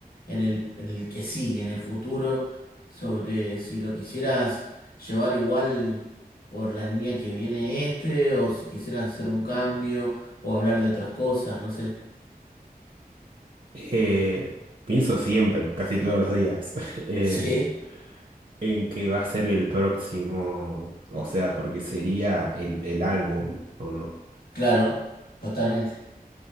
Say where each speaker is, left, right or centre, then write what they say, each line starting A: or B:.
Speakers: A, on the left; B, on the right.
A: en el, en el que sigue, en el futuro, sobre si lo quisieras llevar igual por la línea que viene este, o si quisieras hacer un cambio, o hablar de otras cosas, no sé.
B: Eh, pienso siempre, casi todos los días, <laughs> eh,
A: <laughs> ¿Sí?
B: en que va a ser el próximo, o sea, porque sería el, el álbum, ¿o no?
A: Claro, totalmente.